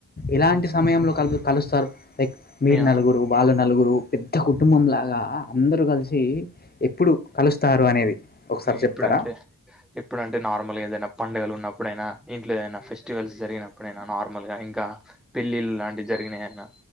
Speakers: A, on the left; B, in the centre.
A: ఎలాంటి సమయంలో కలు కలుస్తారు లైక్ మీరు
B: మీ-
A: నలుగురు వాళ్ళు నలుగురు పెద్ద కుటుంబంలాగ అందరూ కలిసి ఎప్పుడు కలుస్తారు అనేది ఒకసారి
B: ఎప్పుడంటే
A: చెప్తారా?
B: ఎప్పుడంటే నార్మల్గ ఏదైనా పండుగలు ఉన్నప్పుడైనా ఇంట్లో ఏదైనా ఫెస్టివల్స్ జరిగినప్పుడైనా నార్మల్గా ఇంక పెళ్ళిళ్ళ లాంటివి జరిగినానైన